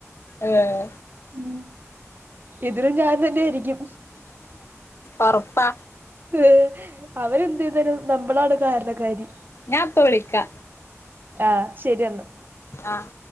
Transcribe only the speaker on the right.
ഉം ഇതിനും ഞാൻ തന്നെ ആയിരിക്കും
ഏഹ് അവരെന്ത് ചെയ്താലും നമ്മളാണ് കാരണകാരി
ആഹ് ശരി എന്നാ